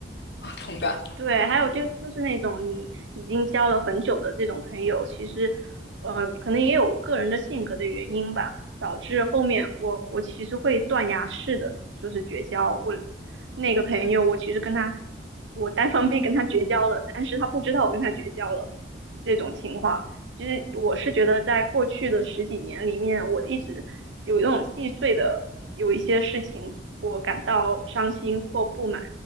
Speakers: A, on the left; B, on the right.
A: 啊，同感。
B: 对，还有就就是那种你已经交了很久的这种朋友，其实，呃，可能也有个人的性格的原因吧，导致后面我我其实会断崖式的就是绝交。我那个朋友，我其实跟他，我单方面跟他绝交了，但是他不知道我跟他绝交了这种情况。其实我是觉得，在过去的十几年里面，我一直有一种细碎的有一些事情，我感到伤心或不满。